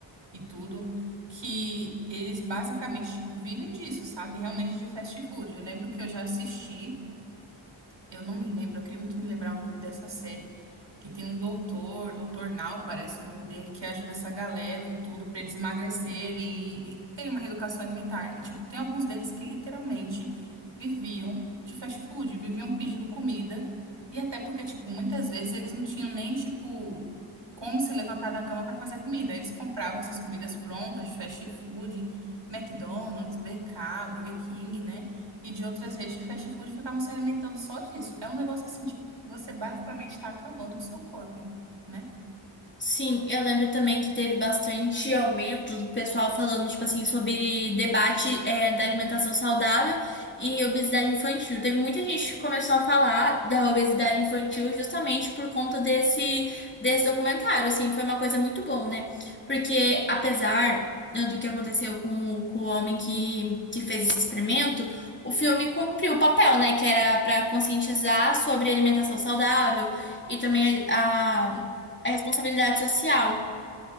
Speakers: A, on the right; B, on the left.
A: e tudo, que eles basicamente, tipo, vivem disso, sabe? Realmente de fast food. Eu lembro que eu já assisti. Eu não me lembro, eu queria muito me lembrar o nome dessa série. Que tem um doutor, Doutor Nau parece o nome dele, que ajuda essa galera e tudo pra eles emagrecerem e, e terem uma reeducação alimentar. E, tipo, tem alguns deles que literalmente viviam de fast food, viviam pedindo comida. E até porque, tipo, muitas vezes eles não tinham nem, tipo, como se levantar da cama pra fazer comida. Eles compravam essas comidas prontas de fast food, McDonald's, BK, Burger King, né? e de outras redes de fast food ficavam se alimentando só disso. É um negócio assim, tipo, que você basicamente está acabando com o seu corpo, né?
B: Sim, eu lembro também que teve bastante aumento do pessoal falando, tipo assim, sobre debate, é, da alimentação saudável e obesidade infantil. Teve muita gente que começou a falar da obesidade infantil justamente por conta desse, desse documentário, assim, foi uma coisa muito bom, né? Porque apesar, né, do que aconteceu com, o- com o homem que, que fez esse experimento, o filme cumpriu o papel, né? Que era para conscientizar sobre alimentação saudável e também a é responsabilidade social.